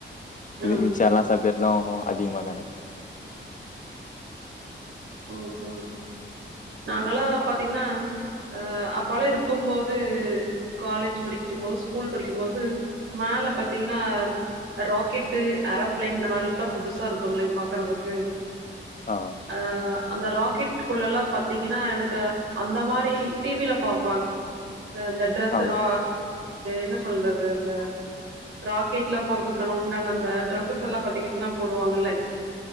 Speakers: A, on the left; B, on the right.
A: இது
B: ம்
A: மிச்ச எல்லா சப்ஜெட் லோமு அதிகமா தான
B: ஓகே ஓகே நாங்கலா பாத்தீங்கன்னா அ அப்பலா இருக்கும்போது காலேஜ் படிக்கும்போது ஸ்கூல் படிக்கும்போது மல பாத்தீங்கன்னா ராக்கெட்டு ஏரோபிளைன் இந்த மாதிரி எல்லாம் புதுசா இருக்கும்ல பாக்குறதுக்கு
A: ஆ
B: அ ஆ அந்த ராக்கெட் குள்ள எல்லாம் பாத்தீங்கன்னா எனக்கு அந்த மாரி டி வி ல பாப்பாங் இந்த ட்ரெஸ்
A: ஆமா
B: ரோ என்ன சொல்றது இந்த ராக்கெட்லா போறதுக்கான உண்டான அந்த டிரெஸஸ் எல்லாம் பாத்தீங்கன்னா போடுவாங்கல்ல